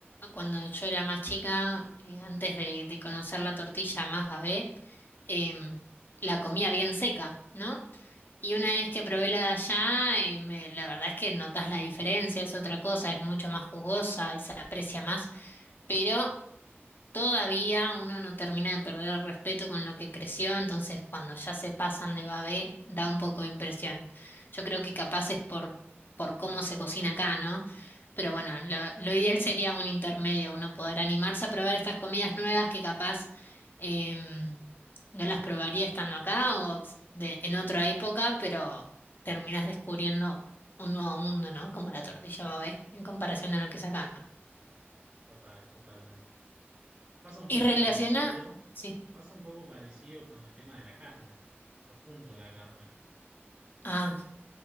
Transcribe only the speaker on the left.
cuando yo era más chica, eh, antes de, de conocer la tortilla más babé, em, la comía bien seca, ¿no? Y una vez que probé la de allá, eh, me- la verdad es que notas la diferencia, es otra cosa, es mucho más jugosa y se aprecia más, pero Todavía uno no termina de perder el respeto con lo que creció, entonces cuando ya se pasan de babé da un poco de impresión. Yo creo que capaz es por, por cómo se cocina acá, ¿no? Pero bueno, lo, lo ideal sería un intermedio, uno poder animarse a probar estas comidas nuevas que capaz em, no las probaría estando acá o de- en otra época, pero terminás descubriendo un nuevo mundo, ¿no? Como la tortilla babé en comparación a lo que es acá.
Y
relaciona...
sí.
Ah.